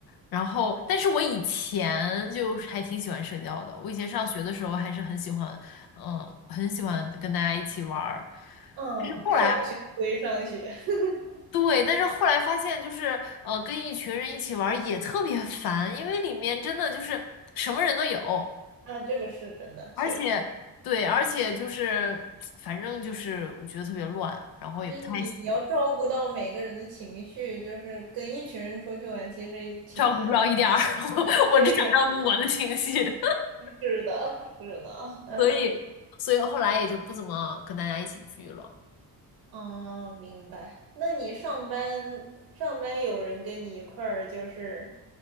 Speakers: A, on the left; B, on the right.
A: 然后，但是我以前就是还挺喜欢社交的。我以前上学的时候还是很喜欢，嗯，很喜欢跟大家一起玩儿。
B: 嗯，
A: 后来，
B: 上学归上学 <laughs>
A: 对，但是后来发现就是，呃，跟一群人一起玩儿也特别烦，因为里面真的就是什么人都有，
B: 啊，这个是真的，
A: 而且，
B: 确实，
A: 对，而且就是，反正就是我觉得特别乱，然后也不太喜欢，
B: 就你你要照顾到每个人的情绪，就是跟一群人出去玩，其实挺难的。
A: 照顾不了一点儿，<laughs> 我我只想照顾我的情绪，
B: 对，
A: <laughs>
B: 是的，是的，嗯。
A: 所以，所以后来也就不怎么跟大家一起聚了，
B: 哦，明白。那你上班上班有人跟你一块儿，就是